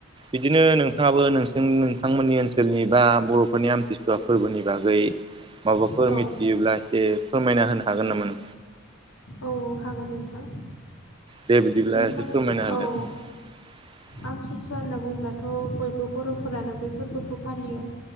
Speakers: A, on the right; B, on the left.
A: बिदिनो नोंथाङाबो नोंस <unintelligible> जों नोंथांमोननि ओनसोलनि बा बर'फोरनि आमथिसुवा फोरबोनि बागै माबाफोर
B: औ औ
A: मिथियोब्ला एसे फोरमायना होनो हागोन नामा?
B: औ हागोन नोंथां
A: दे बिदिब्ला
B: नोंथां
A: एसे फोरमायना होदो
B: औ
A: <unintelligible>
B: आमतसुवा होनना बुंडोंब्लाथ' बयबो बर'फोरानो बे फोरबोखौ फालियो।